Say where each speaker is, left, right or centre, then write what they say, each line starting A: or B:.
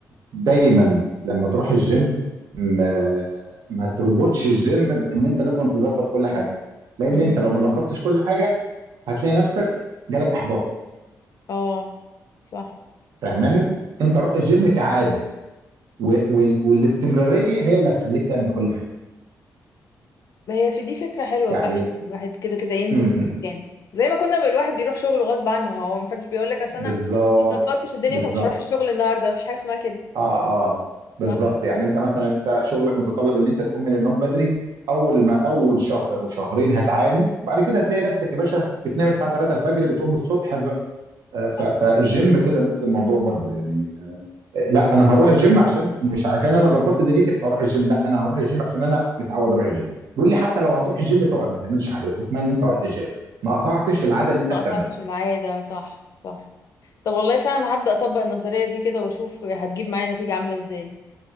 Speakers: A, on the right; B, on the left.
A: دايما لما تروح الجيم ما ما تربطش الجيم بان انت لازم تظبط كل حاجه لان
B: بقى
A: انت لو ما ظبطتش كل حاجه هتلاقي نفسك جالك احباط
B: اه صح
A: فاهماني انت روح الجيم كعاده و- وال- والاستمراريه هي اللي هتخليك تعمل كل حاجه
B: هي في دي فكرة حلوة
A: يعني
B: فعلا الواحد كده كده ينزل
A: م- م.
B: مكان زي ما كنا ب- الواحد بيروح شغله غصب عنه هو ما فيش بيقول لك اصل
A: بالظبط
B: انا ما ظبطتش الدنيا
A: بالظبط
B: فمش هروح الشغل النهارده مفيش حاجة اسمها كده
A: اه اه بالظبط
B: صح
A: يعني انت مثلا انت شغلك متطلب ان انت تقوم من النوم بدري اول ما اول شهر او شهرين هتعاني بعد كده هتلاقي نفسك يا باشا بتنام الساعه 3 الفجر بتقوم الصبح ف- ف-
B: صح
A: فالجيم كده نفس الموضوع برضه يعني لا انا هروح الجيم عشان مش عشان انا ظبطت دنيتي فهروح الجيم لا انا هروح الجيم عشان انا متعود اروح الجيم بيقول لي حتى لو هتروح الجيم تقعد ما تعملش حاجه بس اسمها ان انت رحت الجيم ما قطعتش العاده اللي انت
B: ما
A: بتعملها
B: قطعتش العادة صح صح طب والله فعلا هبدأ اطبق النظرية دي كده واشوف هتجيب معايا نتيجة عاملة ازاي